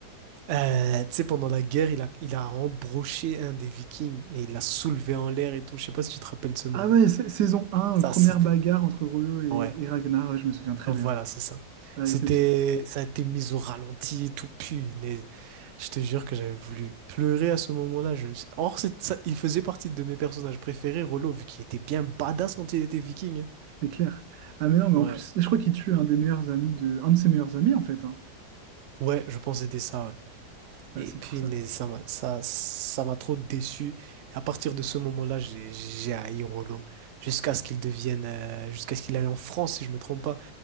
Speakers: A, on the right (about 70°); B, on the right (about 80°).
A: Euh, tu sais pendant la guerre il a il a embroché un des Vikings et il l'a soulevé en l'air et tout. Je sais pas si tu te rappelles de ce moment.
B: Ah ouais, sa- saison 1,
A: Ça
B: première
A: c'était
B: bagarre entre Rollo et,
A: ouais.
B: et Ragnar, ouais, je me souviens très
A: Voilà,
B: bien.
A: c'est ça.
B: Ouais,
A: C'était,
B: c'est
A: ça a été mis au ralenti et tout, punaise. Je te jure que j'avais voulu pleurer à ce moment-là. Je me suis... Or, c'est ça, il faisait partie de mes personnages préférés, Rollo, vu qu'il était bien badass quand il était viking. hein.
B: c'est clair. Ah mais non, mais
A: Ouais,
B: en plus, je crois qu'il tue un des meilleurs amis de... un de ses meilleurs amis en fait. hein.
A: ouais, je pense que c'était ça, ouais.
B: Ah,
A: Et
B: c'est
A: punaise,
B: pour ça.
A: ça m'a, ça, ça m'a trop déçu. Et à partir de ce moment-là, j'ai, j'ai haï Rollo. Jusqu'à ce qu'il devienne, euh, jusqu'à ce qu'il aille en France, si je me trompe pas.